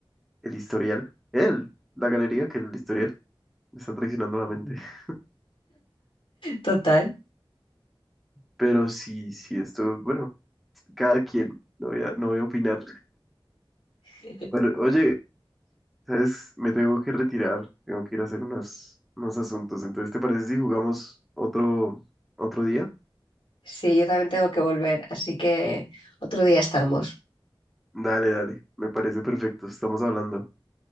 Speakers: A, in the centre; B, on the left (about 70°).
A: El Historial. Él, la galería que el Historial me está traicionando la
B: Ujú.
A: mente. <laughs>
B: total.
A: Pero sí, sí, esto, bueno, cada quien. No voy a, no voy a opinar.
B: <laughs>
A: Bueno, oye, ¿sabes? Me tengo que retirar. Tengo que ir a hacer unos, unos asuntos. Entonces, ¿te parece si jugamos otro, otro día?
B: Sí, yo también tengo que volver, así que otro día estamos.
A: Dale, dale. Me parece perfecto. Estamos hablando.